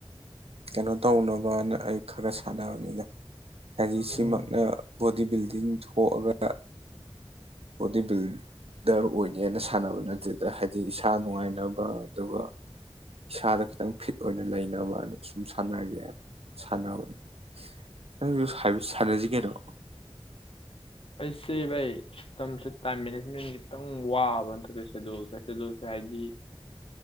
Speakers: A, on the right; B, on the left.
A: ꯀꯩꯅꯣ ꯇꯧꯅꯕꯅ ꯑꯩ ꯈꯔ ꯈꯔ ꯁꯥꯟꯅꯕꯅꯤꯗ ꯍꯥꯏꯗꯤ ꯁꯤꯃꯛꯅ
B: ꯎꯝ
A: ꯕꯣꯗꯤ ꯕꯤꯜꯗꯤꯡ ꯊꯣꯛꯑꯒ ꯕꯣꯗꯤ ꯕꯤꯜ ꯗꯔ ꯑꯣꯏꯒꯦꯅ ꯁꯥꯟꯅꯕ ꯅꯠꯇꯗ ꯍꯥꯏꯗꯤ ꯏꯁꯥ ꯅꯨꯡꯉꯥꯏꯅꯕ ꯑꯗꯨꯒ ꯏꯁꯥꯗ ꯈꯤꯇꯪ ꯐꯤꯠ ꯑꯣꯏꯅ ꯂꯩꯅꯕꯅ ꯁꯨꯝ ꯁꯥꯟꯅꯔꯒꯦ ꯁꯥꯟꯅꯕꯅꯤ ꯅꯪ ꯁꯥꯟꯅꯁꯤ ꯀꯩꯅꯣ
B: ꯑꯩꯁꯦꯚꯥꯏ ꯃꯇꯝꯁꯦ ꯇꯥꯏꯝ ꯃꯦꯅꯦꯖꯃꯦꯟꯁ ꯈꯤꯇꯪ ꯋꯥꯕ ꯅꯠꯇ꯭ꯔ ꯁꯦꯗꯨꯜꯁꯦ ꯁꯦꯗꯨꯜꯁꯦ ꯍꯥꯏꯗꯤ